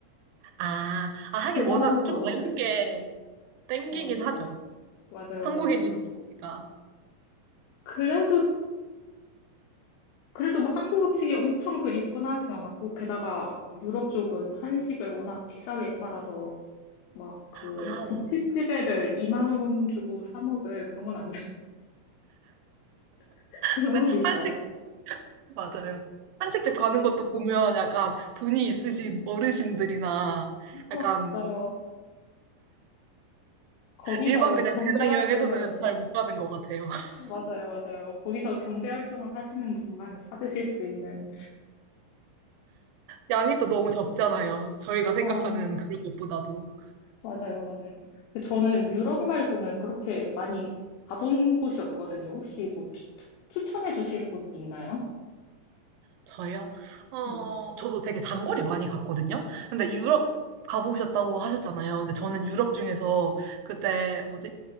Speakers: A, on the right; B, on the left.
A: 아, 아 하긴
B: 그건
A: 워낙
B: 한번
A: 좀
B: 먹었어요.
A: 매운 게 땡기긴
B: 어, 맞아요.
A: 하죠.
B: 맞아요,
A: 한국인이니까.
B: 맞아요. 그래도, 그래도 뭐 한국 음식이 엄청 그립거나 하진 않았고, 게다가 유럽 쪽은 한식을 워낙 비싸게 팔아서, 막 그,
A: 아,
B: 김치찌개를
A: 맞아.
B: 2만 원 주고 사 먹을 그런 건 안 되죠. <laughs> 너무
A: 근데
B: 비싸요.
A: 한식, 맞아요. 한식집 가는 것도 보면 약간 돈이 있으신 어르신들이나
B: 어,
A: 약간
B: 진짜요. 거기서
A: 일반 그냥
B: 경제활동을,
A: 배낭 여행에서는 잘 못 가는 것 같아요. <laughs>
B: 맞아요, 맞아요. 거기서 경제활동을 하시는 분만 사드실 수 있는,
A: 양이 또 너무 적잖아요. 저희가 생각하는
B: 어,
A: 그런 것보다도.
B: 맞아요, 맞아요. 근데 저는 유럽 말고는 그렇게 많이 가본 곳이 없거든요. 혹시 뭐 추, 추천해 주실 곳 있나요?
A: 저요? 어,
B: 네.
A: 저도 되게 장거리 많이 갔거든요. 근데 유럽 가보셨다고 하셨잖아요. 근데 저는 유럽 중에서 그때 뭐지?